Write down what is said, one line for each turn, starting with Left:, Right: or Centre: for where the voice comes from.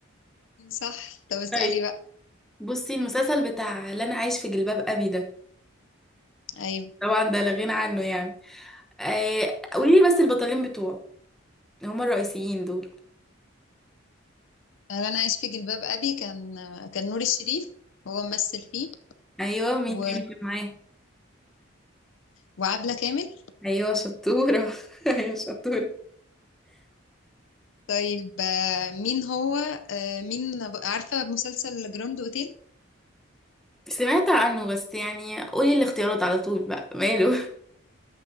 Left: صح طب اسألي
Centre: طيب
Left: بقى
Centre: بصي المسلسل بتاع اللي انا عايش في جلباب ابي ده
Left: ايوه
Centre: طبعا ده لا غنى عنه يعني آه، قولي لي بس البطلين بتوعه هما الرئيسيين دول
Left: انا عايش في جلباب ابي كان كان نور الشريف هو ممثل فيه
Centre: ايوه مين
Left: و...
Centre: تاني كان معاه
Left: وعبلة كامل
Centre: ايوه شطوره <laughs> ايوه شطوره
Left: طيب آه، مين هو آه، مين عارفة مسلسل جراند اوتيل
Centre: سمعت عنه بس يعني قولي الاختيارات على طول بقى ماله